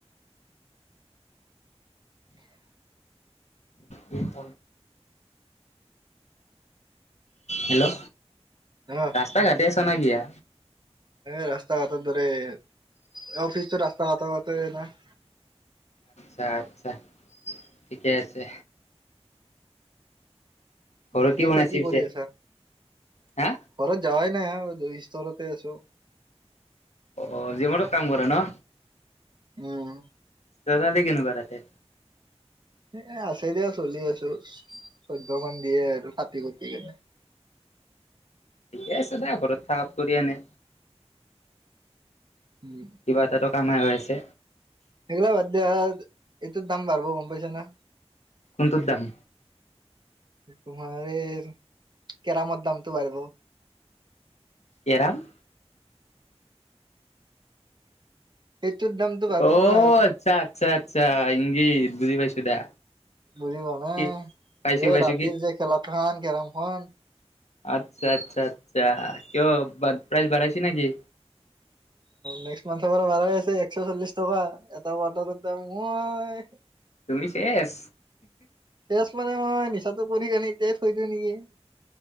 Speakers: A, on the left; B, on the right.
A: এই <unintelligible> হেল্ল'।
B: হা
A: ৰাস্তা ঘাটি আছ নে কিয়া।
B: এ ৰাস্তা ঘাটৰ দৰে--। অফিচটো ৰাস্তা ঘাত ওচৰতে না--।
A: অহ আচ্ছা ঠিকে আছে। ঘৰত
B: বাকী এতিয়া
A: বনাইছে
B: কি কৰি
A: পিছে?
B: আছা,
A: হা
B: ঘৰত যাৱাই--। নাই অহ- দু স্তৰতে আছোঁ।
A: অ জিঅ মদত কাম কৰা ন।
B: উম!
A: চজাল কেনেকুৱা তাতে।
B: এহ আছে দে চলি আছোঁ। চৈধ্যমান। দিয়েটো আৰু। কি দিয়ে?
A: ঠিকে আছে দে, ঘৰত থাকাত কৰি এনে।
B: উম।
A: কিবা এটাতো কামাই হৈ আছে।
B: একগিলাক বাদ দিয়ে এইটোত দাম বাঢ়িব গম পাইছো না
A: কোনটোৰ দাম?
B: তোমাৰ এই কেৰামৰ দামটো বাঢ়িব।
A: কেৰাম
B: সেইটোৰ দামটো বাঢ়িব
A: অ'
B: না,
A: আচ্ছা আচ্ছা আচ্ছা ইংগিত বুজি পাইছো দা।
B: বুজিব নে,
A: কি পাইছো
B: এই
A: পাইছো
B: ৰাতিৰ
A: কি
B: যে খেলা। কোনখন কেৰমখন।
A: আচ্ছা-আচ্ছা-আচ্ছা কিয়? প্ৰাইজ বাঢ়াইছে নেকি?
B: নেক্সট মান্থৰ পৰা বাঢ়াই আছে, একশ চল্লিশ টকা এটা <unintelligible> ৰৰ দাম মই
A: তুমি শেষ।
B: শেষ মানে মই নিচাটো কৰি কনে তে থৈই দি নেকি?